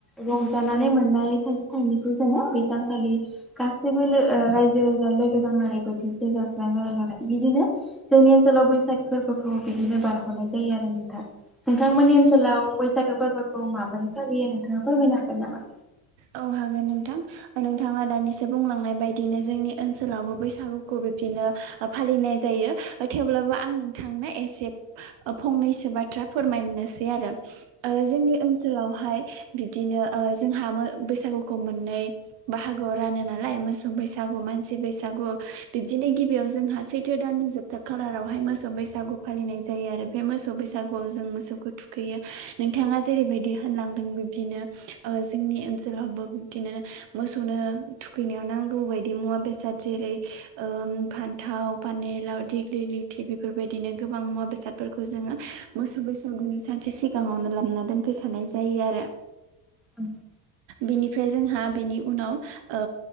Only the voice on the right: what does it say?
औ हागोन नोंथां नोंथाङा दानिसो बुंलांनाय बायदिनो जोंनि ओनसोलावबो बैसागुखौ बिदिनो फालिनाय जायो थेवब्लाबो आं नोंथांनो एसे फंनैसो बा बाथ्रा फोरमायनोसै आरो ओ जोंनि ओनसोलावहाय बिब्दिनो ओ जोंहा बैसागुखौ मोननै बाहागोआव रानो नालाय मोसौ बैसागु मानसि बैसागु बिबदि गिबियाव जोंहा सैथो दाननि जोबथा खालारावहाय मोसौ बैसागु फालिनाय जायो आरो बे मोसौ बैसागु आव जों मोसौखौ थुखैयो नोंथाङा जेरैबायदि होनलांदों बिब्दिनो जोंनि ओनसोल लावबो जेरावहाबो बिदिनो मोसौनो थुखैनायाव नांगौ बायदि मुवा बेसाद जेरै ओ फान्थाव पानेलाव देग्लि लिथि बेफोरबायदिनो गोबां मुवा बेसादफोरखौ जोङो मो सौ बैसागुनि सानसे सिगाङावनो लाबोना दोनफैखानाय जायो आरो।
बिनिफ्राय जोंहा बेनि उनाव ओ